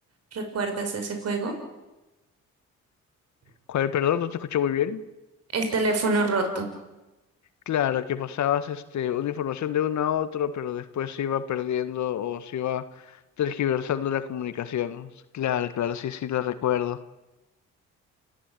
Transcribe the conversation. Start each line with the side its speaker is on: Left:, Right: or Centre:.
Right: ¿recuerdas ese juego?
Left: ¿Cuál, perdón? No te escuché muy bien.
Right: el teléfono roto.
Left: Claro, que pasabas este, una información de uno a otro, pero después se iba perdiendo o se iba tergiversando la comunicación. Claro, claro, sí, sí, lo recuerdo.